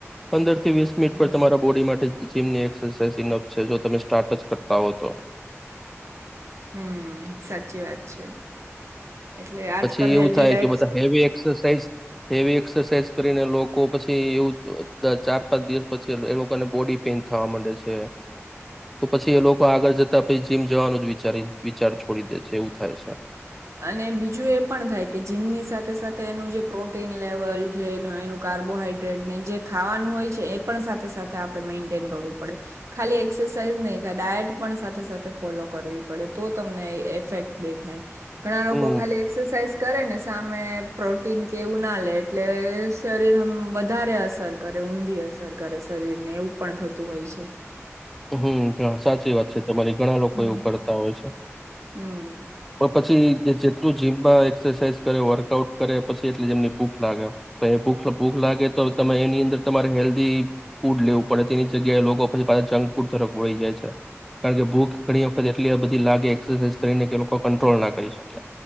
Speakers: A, in the centre; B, on the right.
A: પંદર થી વીસ મિનિટ
B: હમ.
A: પર તમારા બોડી માટે જીમ ની એક્સરસાઇઝ ઇનપ છે જો તમે સ્ટાર્ટ જ કરતા હો તો.
B: હમ સાચી વાત છે. એટલે આજકાલ
A: પછી એવું
B: હેલ્ધી
A: થાય
B: લાઈફ
A: કે બધા હેવી એક એરસાઝ હેવી એક્સરસાઇઝ કરીને લોકો પછી એવું ચાર પાંચ દિવસ પછી એ એ લોકોને બોડી પેન થવા મંડે છે, તો પછી એ લોકો આગળ જતા પછી જીમ જવાનું જ વિચારી વિચારું છુ છોડી દે છે એવું થાય છે.
B: અને બીજું એ પણ થાય કે જીમની સાથે સાથે તેનું જે પ્રોટીન લેવલ જે એનું કાર્બોહાઈડ્રેટ જે ખાવાનું હોય છે, એ પણ સાથે સાથે આપણે મેન્ટેન કરવું પડે. ખાલી એક્સરસાઇઝ નહી ડાયટ પણ સાથે સાથે ફોલો કરવી પડે તો તમને ઈફેક્ટ દેખાય. ઘણા લોકો
A: હમ
B: ખાલી એક્સરસાઇઝ કરે ને સામે પ્રોટીન કે એવું ના લે એટલે શરીર હમ વધારે અસર કરે ઊંધી અસર કરે શરીર ને એવું પણ થતું હોય છે.
A: હમ સાચી વાત. એમાંથી ઘણા લોકો
B: હમ
A: એવું કરતા હોય છે.
B: હમ.
A: પણ પછી જેટલું જીમમાં એક્સરસાઇઝ કરે વર્કઆઉટ કરે પછી એટલે જેમની ભૂખ લાગે બે ભૂખ ત ભૂખ લાગે તો તમે એની અંદર તમારે હેલ્ધી ફૂડ લેવું પડે તેની જગ્યાએ લોકો લોકો પછી પાછા જંક ફૂડ તરફ વળી જાય છે કારણ કે ભૂખ ઘણી વખત એટલી બધી લાગે એક્સાઈઝ કરીને કે લોકો કંટ્રોલ ના કરી શકે